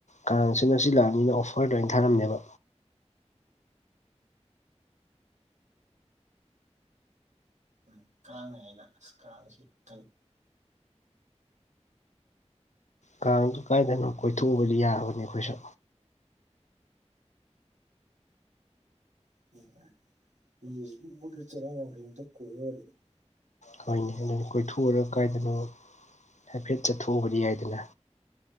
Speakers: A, on the left; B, on the right.
A: ꯀꯥꯡꯁꯨ ꯉꯁꯤ ꯂꯥꯛꯑꯕꯅꯤꯅ ꯑꯣꯐꯔꯗ ꯂꯣꯏ ꯊꯥꯔꯝꯅꯦꯕ
B: ꯎꯝ ꯀꯥꯉꯦꯅ ꯀꯥꯁꯤꯛꯇꯝ
A: ꯀꯥꯡꯗꯨ ꯀꯥꯏꯗꯅꯣ ꯀꯣꯏꯊꯣꯛꯎꯕꯗꯤ ꯌꯥꯕꯅꯤ ꯑꯩꯈꯣꯏꯁꯨ
B: <unintelligible>
A: ꯍꯣꯏꯅꯦ ꯑꯗꯨꯅꯦ ꯀꯣꯏꯊꯣꯛꯎꯔ ꯀꯥꯏꯗꯅꯣ ꯍꯥꯏꯐꯦꯠ ꯆꯠꯊꯣꯛꯎꯕꯗꯤ ꯌꯥꯏꯗꯅ